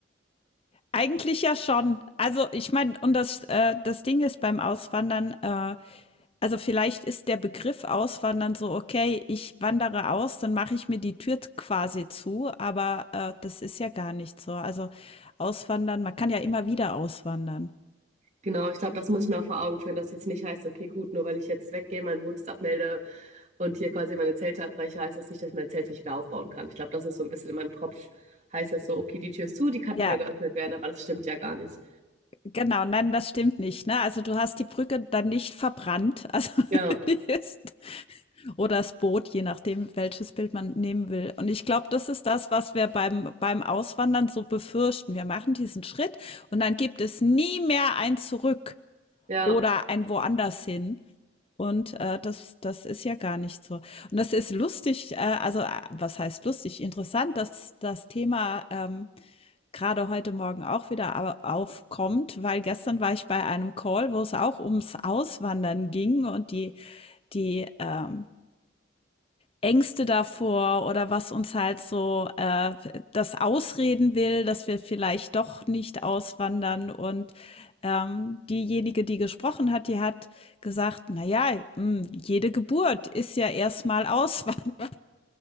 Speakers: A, on the left (about 30°); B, on the right (about 35°).
A: eigentlich ja schon. Also ich meine, und das, äh, das Ding ist beim Auswandern, äh, Also vielleicht ist der Begriff Auswandern so, okay, ich wandere aus, dann mache ich mir die Tür quasi zu, aber äh, das ist ja gar nicht so. Also Auswandern, man kann ja immer wieder auswandern.
B: genau. Ich glaube, das muss ich mir auch vor Augen führen, dass jetzt nicht heißt, okay, gut, nur weil ich jetzt weggehe, meinen Wohnsitz abmelde und hier quasi meine Zelte abbreche, heißt das nicht, dass ich mein Zelt nicht wieder aufbauen kann. Ich glaube, das ist so ein bisschen in meinem Kopf, heißt das so, okay, die Tür ist zu, die kann nicht
A: Ja,
B: mehr geöffnet werden, aber das stimmt ja gar nicht.
A: genau, nein, das stimmt nicht, ne? Also du hast die Brücke dann nicht verbrannt, also <laughs>
B: Ja,
A: die ist, oder das Boot, je nachdem, welches Bild man nehmen will. Und ich glaube, das ist das, was wir beim, beim Auswandern so befürchten. Wir machen diesen Schritt und dann gibt es nie mehr ein Zurück.
B: ja,
A: Oder ein woanders hin. Und äh, das das ist ja gar nicht so. Und das ist lustig, äh, also, a was heißt lustig? Interessant, dass das Thema, ähm, grade heute Morgen auch wieder aber aufkommt, weil gestern war ich bei einem Call, wo es auch ums Auswandern ging und die die, ähm Ängste davor oder was uns halt so äh, das ausreden will, dass wir vielleicht doch nicht auswandern. Und ähm, diejenige, die gesprochen hat, die hat gesagt, Naja, jede Geburt ist ja erstmal Auswand. <laughs>